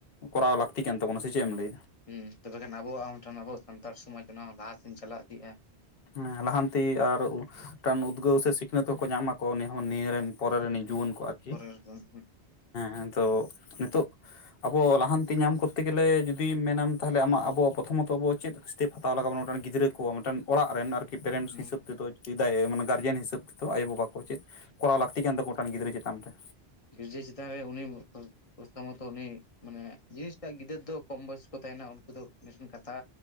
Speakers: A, on the left; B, on the left.
A: ᱠᱚᱨᱟᱣ ᱞᱟᱹᱠᱛᱤ ᱠᱟᱱ ᱛᱟᱵᱚᱱᱟ, ᱥᱮ ᱪᱮᱫ ᱮᱢ ᱞᱟᱹᱭᱮᱫᱟ?
B: ᱦᱮᱸ ᱛᱚᱵᱮ ᱠᱷᱟᱱ ᱟᱵᱚᱣᱟᱜ ᱦᱚᱸ ᱢᱤᱫᱴᱟᱝ ᱥᱟᱱᱛᱟᱲ ᱥᱚᱢᱟᱡᱽ ᱞᱟᱦᱟ ᱥᱮᱱ ᱪᱟᱞᱟᱣ ᱤᱫᱤᱜᱼᱟ ᱾
A: ᱞᱟᱦᱟᱱᱛᱤ ᱟᱨ ᱴᱟᱱ ᱩᱫᱽᱜᱟᱹᱣ ᱥᱮ ᱥᱤᱠᱷᱱᱟᱹᱛ ᱦᱚᱸ ᱠᱚ ᱧᱟᱢᱟ ᱾ ᱠᱚ ᱩᱱᱤ ᱦᱚᱸ ᱱᱤᱭᱟᱹ ᱨᱮᱱ ᱯᱚᱨᱮ ᱨᱮᱱ
B: ᱦᱩᱸ
A: ᱡᱩᱣᱟᱹᱱ ᱠᱚ ᱟᱨᱠᱤ,
B: ᱯᱚᱨᱮ ᱦᱩᱸ
A: ᱦᱮᱸ ᱛᱚ ᱱᱤᱛᱚᱜᱼᱼ ᱟᱵᱚ ᱞᱟᱦᱟᱱᱛᱤ ᱧᱟᱢ ᱠᱚᱨᱛᱮ ᱜᱮᱞᱮ ᱡᱩᱫᱤ ᱢᱮᱱᱟᱢ ᱛᱟᱦᱚᱞᱮ ᱟᱢᱟᱜ ᱟᱵᱚ ᱯᱨᱚᱛᱷᱚᱢᱚᱛᱚ ᱟᱵᱚ ᱪᱮᱫᱼᱼ ᱛᱮᱫ ᱦᱟᱛᱟᱣ ᱞᱟᱜᱟ ᱵᱚᱱᱟ ᱢᱤᱫᱴᱮᱱ ᱜᱤᱫᱽᱟᱹ ᱠᱚ ᱢᱤᱫᱴᱮᱱᱼᱼ ᱚᱲᱟᱜ ᱨᱮᱱ ᱟᱨᱠᱤ ᱯᱮᱨᱮᱱᱴᱥ
B: ᱦᱩᱸ
A: ᱦᱤᱥᱟᱹᱵᱽ ᱛᱮᱫᱚ ᱪᱮᱫᱟᱭ, ᱢᱟᱱᱮ ᱜᱟᱨᱡᱮᱱ ᱦᱤᱥᱟᱹᱵᱽ ᱛᱮᱫᱚ ᱟᱭᱳ ᱵᱟᱵᱟᱼᱼ ᱵᱟᱠᱚ ᱪᱮᱫ, ᱠᱚᱨᱟᱣ ᱞᱟᱹᱠᱛᱤ ᱠᱟᱱ ᱛᱟᱠᱚᱣᱟ ᱠᱷᱟᱱ ᱜᱤᱫᱽᱨᱟᱹ ᱪᱮᱛᱟᱱ ᱨᱮᱼᱼ
B: ᱜᱤᱫᱽᱨᱟᱹ ᱪᱮᱛᱟᱱ ᱨᱮ ᱤᱱᱤ <unintelligible> ᱯᱨᱚᱛᱷᱚᱢᱚᱛᱚ ᱩᱱᱤ, ᱢᱟᱱᱮ ᱡᱤᱱᱤᱤᱥ ᱴᱟᱜ ᱜᱤᱫᱟᱹᱨ ᱫᱚ ᱠᱚᱢ ᱵᱚᱭᱚᱥ ᱠᱚ ᱛᱟᱸᱦᱮᱱᱟ ᱩᱱᱠᱩ ᱫᱚ ᱢᱤᱫᱴᱮᱱ ᱠᱟᱛᱷᱟᱼᱼ